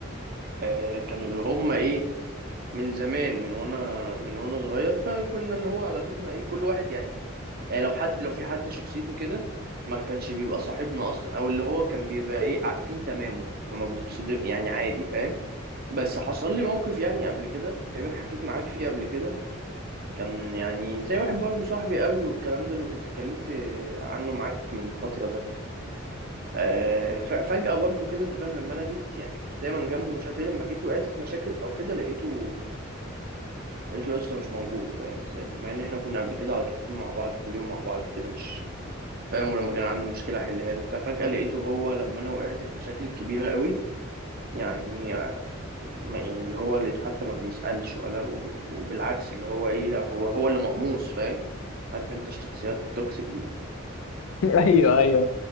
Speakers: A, on the right (about 45°); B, on the left (about 70°).
A: آه كانوا اللي هم إيه من زمان من وأنا من وأنا صغير فكنا اللي هو علاقتنا إيه كل واحد يعني يعني لو حد لو في حد شخصيته كده ما كانش بيبقى صاحبنا أصلا أو اللي هو كان بيبقى إيه عارفين تمامه فما بنتصدم يعني عادي فاهم بس حصل لي موقف يعني قبل كده تقريبا حكيت معاك فيه قبل كده كان يعني زي واحد برضو صاحبي قوي والكلام ده اللي كنت اتكلمت عنه معاك من فترة ده آه، ف- فجأة برضو كده انت فاهم لما انا جيت يعني كنت دايما جنبه مش عارف ايه لما جيت وقعت في مشاكل او كده لقيته لقيته لسه مش موجود فاهم ازاي مع ان احنا كنا قبل كده على طول مع بعض كل يوم مع بعض وكده مش فاهم ولما كان عنده مشكلة احلها له وبتاع فجأة لقيته هو لما انا وقعت في مشاكل كبيرة قوي يعني ما- يعني اللي هو لقيته حتى ما بيسألش ولا وبالعكس اللي هو ايه لا هو هو اللي مقموص فاهم عارف انت الشخصيات التوكسيك دي
B: <laughs> ايوه ايوه